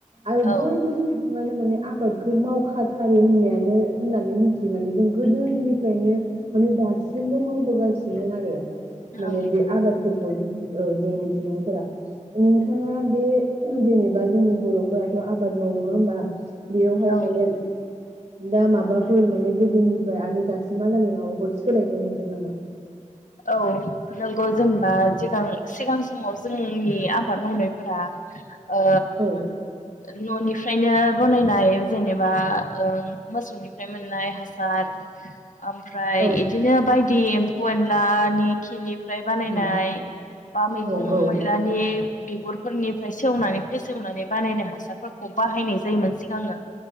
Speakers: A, on the left; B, on the right.
A: औ
B: आरो बय ब ानो माने आबादखौ मावखाथारो होननायानो होननानै मिथियो माने जों गोदोनिफ्रायनो माने दासिमबो' मावबोगासिनो आरो माने
A: औ
B: बे आबादफोरखौ ओ जोंनि सुबुंफोरा नोंथाङा बे जेनेबा जोंनि बर'फोराथ' आबाद माव नङा होमबा बेयावहाय
A: औ
B: माने दा माबाफोर माने गोदोनिफ्राय आरो दासिमालागैय माबाफोर सोलायनाय नुदों नामा ॽ
A: औ न जेनेबागां
B: उम
A: सिगां समाव जोंनि आबाद मावनायफोरा आ
B: औ
A: न'नि फ्रायनो बानायनाय जेनेबा मोसौनिफ्राय मोननाय हासार ओमफ्राय
B: औ
A: बिदिनो बायदि टिम एनलानि खिनि- प्रायः बानायनाय
B: उम
A: बा मैगं
B: औ औ
A: मैलानि। बिगुरफोरनिफ्राय सेवनानै फेसेवनानै बानायनाय हासारफोरखौ बाहायनाय जायोमोन सिगाङो।